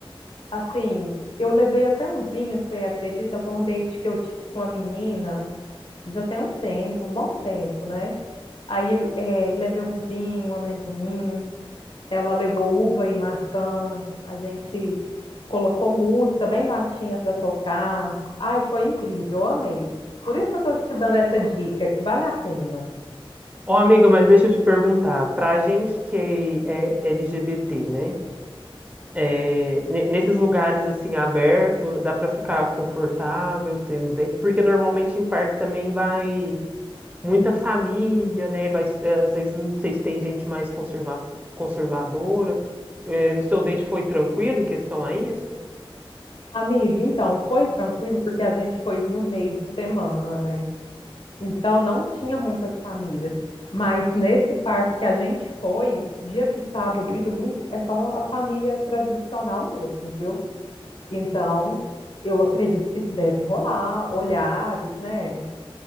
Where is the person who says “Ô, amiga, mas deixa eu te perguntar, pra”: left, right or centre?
Right